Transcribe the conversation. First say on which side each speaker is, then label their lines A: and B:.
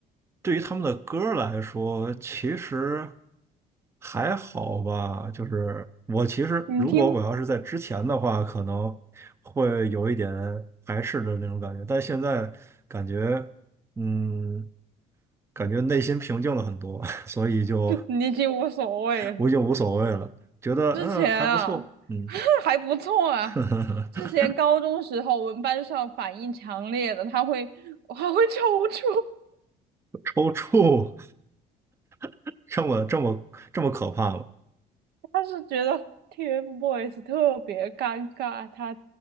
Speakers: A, on the right; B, on the right.
A: 对于他们的歌儿来说，其实还好吧。就是我其实，
B: 你听，
A: 如果我要是在之前的话，可能会有一点排斥的那种感觉，但现在感觉，嗯，感觉内心平静了很多，<laughs> 所以就
B: <laughs> 你已经无所谓了。
A: 我已经无所谓了，觉得嗯还不错，
B: 之前啊，
A: 嗯。
B: <laughs> 还不错啊。
A: <laughs>
B: 之前高中时候，我们班上反应强烈的，他会还会抽搐，
A: 抽搐，<laughs> 这么这么这么可怕吗？
B: <laughs> 他是觉得 TFBOYS 特别尴尬，他